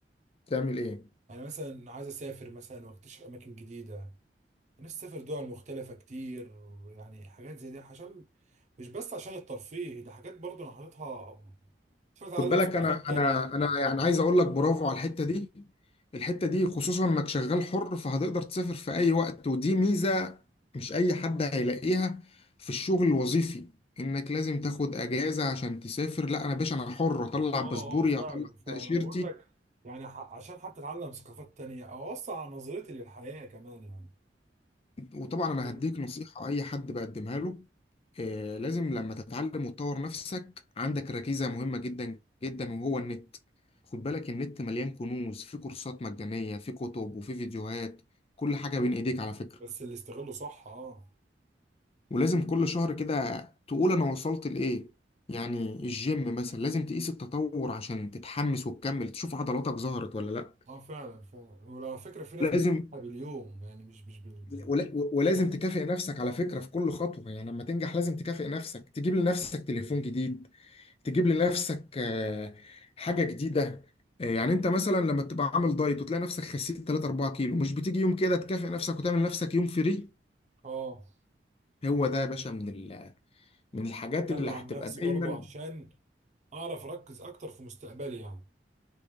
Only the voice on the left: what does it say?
تعمل ايه
خد بالك
انا
انا انا يعني عايز اقول لك برافو على الحته دي الحته دي خصوصا انك شغال حر فهتقدر تسافر في اي وقت ودي ميزه مش اي حد هيلاقيها في الشغل الوظيفي انك لازم تاخد اجازه عشان تسافر لا انا باشا انا حر اطلع
باسبوري
اطلع
تاشيرتي
وطبعا انا
هديك نصيحة اي حد بقدمها له آه، لازم لما تتعلم وتطور نفسك عندك ركيزة مهمة جدا جدا وهو النت خد بالك النت مليان كنوز في كورسات مجانية في كتب وفي فيديوهات كل حاجة بين ايديك على فكرة
ولازم كل شهر كده تقول انا وصلت لايه يعني الجيم مثلا لازم تقيس التطور عشان تتحمس وتكمل تشوف عضلاتك ظهرت ولا لا
لازم
ولا- ولازم
تكافئ نفسك على فكرة في كل خطوة يعني لما تنجح لازم تكافئ نفسك تجيب لنفسك تليفون جديد تجيب لنفسك آه، حاجة جديدة آه، يعني انت مثلا لما تبقى عامل دايت وتلاقي نفسك خسيت 3 4 كيلو مش بتيجي يوم كده تكافئ نفسك وتعمل نفسك يوم فري
هو ده يا باشا من ال...
من الحاجات
اللي هتبقى
دايما